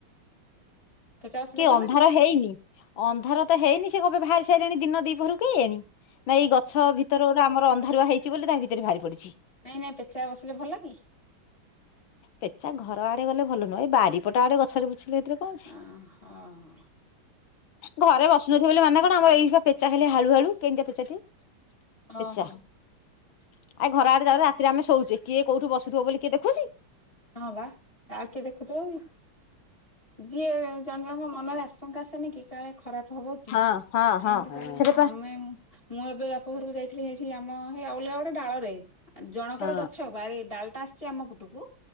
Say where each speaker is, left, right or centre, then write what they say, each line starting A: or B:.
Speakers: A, on the left (about 15°); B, on the left (about 70°).
A: ପେଚା ବସିଲେ
B: କି ଅନ୍ଧାର
A: ଭଲ
B: ହେଇନି ଅନ୍ଧାର ତ ହେଇନି ସେ କଣ ପାଇଁ ବାହାରି ସାରିଲେଣି ଦିନ ଦିପହରୁ କେଜାଣି। ନାଇଁ ଏଇ ଗଛ ଭିତରେ ଗୋଟେ ଆମର ଅନ୍ଧାରୁଆ ହେଇଛି ବୋଲି ତା ଭିତରେ ଭାରି ପଡିଛି।
A: ନାଇଁ ନାଇଁ ପେଚା ବସିଲେ ଭଲ କି?
B: ପେଚା ଘର ଆଡେ ଗଲେ ଭଲ ନୁହେଁ ଏଇ ବାରିପଟ ଆଡେ ଗଛରେ ବସିଲେ ଏଥିରେ କଣ ଅଛି।
A: ଓ ହୋ ହୋ।
B: ଘରେ ବସୁନଥିଲିବ ବୋଲି ମାନେ କଣ ଆମର ଏଇ ପେଚା ଖା ହଳୁ ହାଳୁ କେମିଆ ପେଚାଟି। ପେଚା
A: ଓହୋ
B: ଆ ଘର ଆଡେ ଯ ରାତିରେ ଆମେ ଶୋଉଛେ କିଏ କୋଉଠୁ ବସୁଥିବ ବୋଲି କିଏ ଦେଖୁଛି।
A: ହଁ ବା ଆଉ କିଏ ଦେଖୁଥିବ ଯିଏ ଜଣ ଜଣଙ୍କ ମନରେ ଆସ ଆଶଙ୍କା ସେନ କି କାଳେ ଖରାପ ହବ କି
B: ହଁ ହଁ ହଁ
A: ଏମିତି ସବୁ
B: ସେଟା ପା
A: ଆମେ ମୁଁ ଏବେ ବାପା ଘରକୁ ଯାଇଥିଲି ହେଇଠି ଆମ ହେଇ ଆଉଳିଆ ଗୋଟେ ଡାଳରେ ଜଣଙ୍କର
B: ହଁ
A: ଗଛ ବାର ଡାଲଟା ଆସିଚଛି ଆମ ପୁଟକୁ